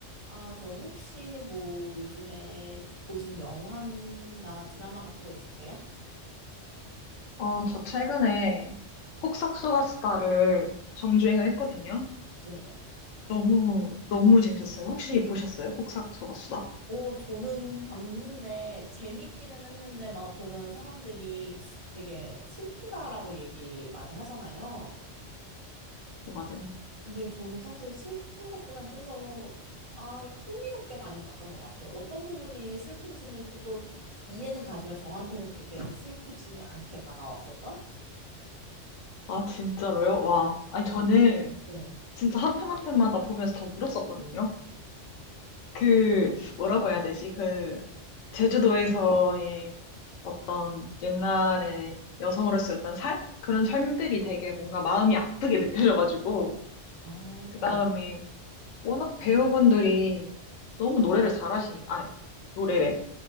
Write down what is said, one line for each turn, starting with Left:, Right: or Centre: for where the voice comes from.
Right: 아, 저 혹시 뭐 요즘에 보신 영화나 드라마 같은 거 있으세요?
Left: 어, 저 최근에 폭삭소가수다를 정주행을 했거든요.
Right: 네네.
Left: 너무, 너무 재밌었어요. 혹시 보셨어요? 폭삭소가수다?
Right: 오, 저는 봤는데 재밌기는 했는데 막 보면 사람들이 되게 슬프다라고 얘기 많이 하잖아요.
Left: 네, 맞아요.
Right: 근데 저는 사실 슬픈 것보다 좀 더, 아, 흥미롭게 많이 봤던 것 같아요. 어떤 부분이 슬픈지는 조금 이해는 가지만 저한테는 그렇게 슬프지 않게 다가왔었던?
Left: 아, 진짜로요? 와. 아니, 저는
Right: 네.
Left: 진짜 한 편 한 편마다 보면서 다 울었었거든요. 그, 뭐라고 해야 되지? 그, 제주도에서의 어떤 옛날에 여성으로서의 어떤 삶? 그런 삶들이 되게 뭔가 마음이 아프게 느껴져가지고,
Right: 아,
Left: 그 다음에
Right: 네.
Left: 워낙 배우분들이 너무 노래를 잘하시니까, 아니, 노래래.